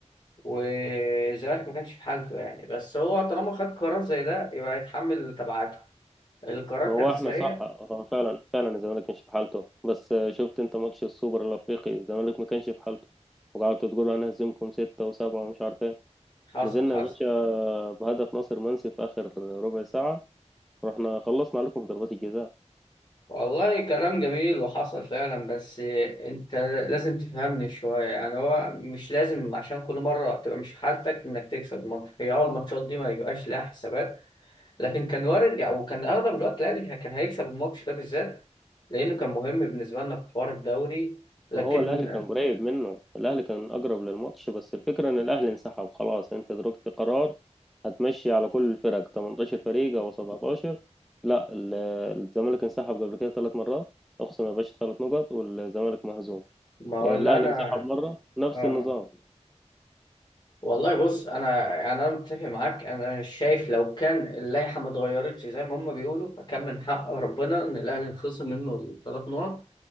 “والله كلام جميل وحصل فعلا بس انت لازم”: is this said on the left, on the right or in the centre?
Left